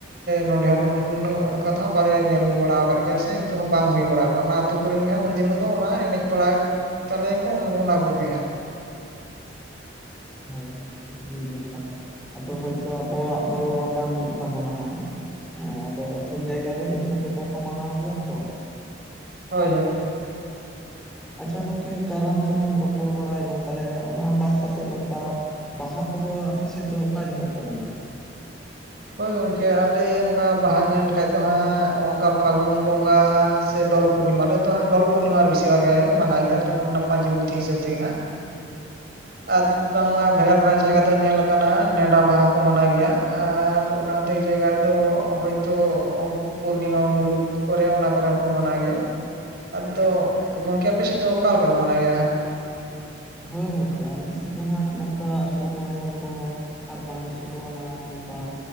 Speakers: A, on the right (about 55°); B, in the centre.
A: ᱱᱚᱰᱮ ᱦᱚᱸ ᱱᱚᱜ ᱚᱱᱠᱟ ᱫᱚ ᱵᱟᱞᱮ ᱧᱮᱞ ᱵᱟᱲᱟ ᱟᱠᱟᱫ ᱜᱮᱭᱟ ᱥᱮ ᱱᱤᱛ ᱵᱟᱝ ᱦᱩᱭ ᱵᱟᱲᱟ ᱟᱠᱟᱱᱟ ᱚᱱᱟ ᱟᱹᱛᱩ ᱠᱚᱨᱮᱱ ᱜᱮ ᱦᱟᱸᱜ ᱩᱱ ᱫᱤᱱ ᱦᱤᱞᱳ ᱫᱚ ᱚᱱᱟ ᱮᱱᱮᱡ ᱵᱟᱲᱟ ᱛᱟᱞᱮᱭᱟᱠᱚ ᱚᱱᱟ ᱠᱚᱜᱮ ᱦᱟᱸᱜ ᱾
B: ᱦᱳᱭ ᱟᱹᱰᱤ ᱡᱚᱛᱷᱟᱛ ᱟᱫᱚ ᱦᱳᱭ ᱛᱳ ᱟᱵᱚᱣᱟᱜ ᱫᱚ ᱵᱟᱝ ᱢᱤᱫ ᱛᱟᱵᱚᱱᱟ ᱦᱟᱸᱜ ᱦᱮᱸ ᱟᱫᱚ ᱟᱹᱛᱷᱟᱹᱱ ᱡᱟᱭᱜᱟ ᱨᱮ ᱟᱹᱛᱷᱟᱹᱱ ᱞᱮᱠᱟ ᱠᱚ ᱢᱟᱱᱟᱣ ᱜᱮᱭᱟ ᱛᱚ ᱾
A: ᱦᱳᱭ ᱦᱳᱭ ᱾
B: ᱟᱪᱪᱷᱟ ᱜᱚᱝᱠᱮ ᱠᱟᱨᱟᱢ ᱛᱚᱞᱟᱝ ᱨᱚᱯᱚᱲ ᱵᱟᱲᱟᱭᱮᱱᱟ ᱛᱟᱦᱚᱞᱮ ᱚᱱᱟ ᱵᱟᱫ ᱠᱟᱛᱮ ᱱᱚᱝᱠᱟ ᱵᱟᱦᱟ ᱠᱚᱫᱚ ᱟᱯᱮ ᱥᱮᱫ ᱫᱚ ᱚᱠᱟ ᱡᱚᱦᱚᱜ ᱠᱚ ᱢᱟᱱᱟᱣ ᱜᱮᱭᱟ?
A: ᱦᱳᱭ ᱜᱚᱢᱠᱮ ᱟᱞᱮ ᱱᱚᱝᱠᱟ ᱵᱟᱦᱟ ᱧᱮᱞ ᱞᱮᱠᱷᱟᱡ ᱫᱚ ᱦᱟᱸᱜ ᱚᱱᱠᱟ ᱯᱷᱟᱹᱜᱩᱱ ᱵᱚᱸᱜᱟ ᱥᱮ ᱰᱚᱞ ᱯᱩᱱᱱᱤᱢᱟ ᱟᱞᱮ ᱫᱚ ᱦᱟᱸᱜ ᱰᱚᱞ ᱯᱩᱱᱱᱤᱢᱟ ᱨᱮ ᱵᱤᱥᱤᱨ ᱵᱷᱟᱜᱽ ᱢᱟᱱᱟᱣ ᱜᱮᱭᱟ ᱡᱚᱠᱷᱚᱱ ᱚᱱᱟ ᱯᱟᱧᱡᱤ ᱯᱩᱛᱷᱤ ᱦᱤᱥᱟᱹᱵᱽ ᱛᱮ ᱜᱮ ᱦᱟᱸᱜ ᱾
B: <inaudible>
A: ᱟᱫ- ᱫᱚᱢᱟ ᱵᱷᱮᱜᱟᱨ ᱵᱷᱮᱜᱟᱨ ᱡᱟᱭᱜᱟ ᱫᱚ ᱧᱮᱞ ᱟᱠᱟᱱᱟ, ᱱᱮᱰᱟ ᱢᱟᱦᱟ ᱠᱚ ᱢᱟᱱᱟᱣ ᱜᱮᱭᱟ ᱾ ᱟᱨ ᱚᱱᱟᱼᱛᱮᱷ ᱡᱟᱭᱜᱟ ᱨᱮ ᱫᱚ ᱦᱳᱭᱛᱚ ᱯᱩᱨᱱᱤᱢᱟ ᱢᱩᱞᱩᱠ ᱠᱚᱨᱮ ᱚᱱᱟ ᱠᱚᱨᱮ ᱦᱚᱸᱠᱚ ᱢᱟᱱᱟᱣ ᱜᱮᱭᱟ ᱾ ᱟᱫᱚ ᱜᱚᱢᱠᱮ ᱟᱯᱮ ᱥᱮᱫ ᱫᱚ ᱚᱠᱟ ᱞᱮᱠᱟ ᱯᱮ ᱢᱟᱱᱟᱣ ᱜᱮᱭᱟ ᱦᱟᱸᱜ?
B: ᱦᱳᱭ ᱜᱚᱝᱠᱮ ᱟᱞᱮ ᱥᱮᱫ ᱫᱚ ᱦᱟᱸᱜ ᱱᱚᱝᱠᱟ ᱟᱹᱛᱩ ᱢᱚᱬᱮ ᱦᱚᱲ ᱠᱚ ᱟᱨ ᱵᱟᱝ ᱥᱳᱞᱳ ᱟᱱᱟ ᱱᱚᱝᱠᱟ‌